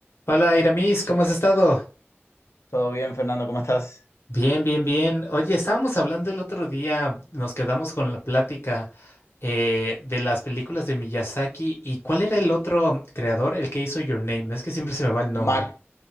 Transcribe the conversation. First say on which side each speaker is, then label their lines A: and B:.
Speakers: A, on the left; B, on the left.
A: Hola, Iramis, ¿cómo has estado?
B: Todo bien, Fernando, ¿cómo estás?
A: Bien, bien, bien. Oye, estábamos hablando el otro día, nos quedamos con la plática eh, de las películas de Miyazaki y ¿cuál era el otro creador, el que hizo Your Name? Es que siempre se me va el nombre.
B: Ma-